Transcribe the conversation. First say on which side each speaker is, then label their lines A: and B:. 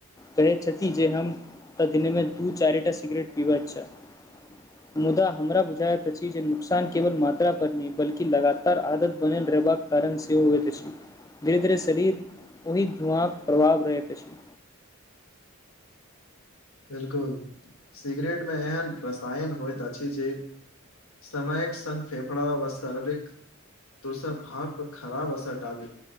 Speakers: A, on the left (about 15°); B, on the left (about 75°).
A: कहैत छथि जे हम तऽ दिने मे दू चारि टा सिगरेट पीबैत छथि मुदा हमरो बुझायत अछि जे नुकसान केवल मात्रा पर नै बल्कि लगातार आदत बनल रहबाक कारण सेहो होइत अछि धीरे धीरे शरीर ओहि धुआँ प्रभाव रहैत अछि
B: बिल्कुल सिगरेट मे एहन रसायन होइत अछि जे समयिक संघ फेफड़ा व शारीरिक दोसर भाग पर खराब असर डालै